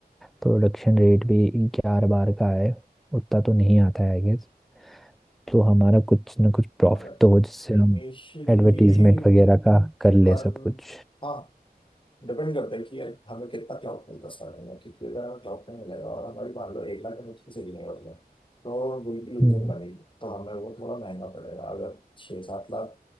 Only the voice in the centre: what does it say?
प्रोडक्शन रेट भी ग्यारह बारह का है उतना तो नहीं आता है आई गेस तो हमारा कुछ ना कुछ प्रॉफिट
तो हो जिससे हम
एडवर्टीजमेंट वगैरह का कर ले
सब कुछ
हम्म।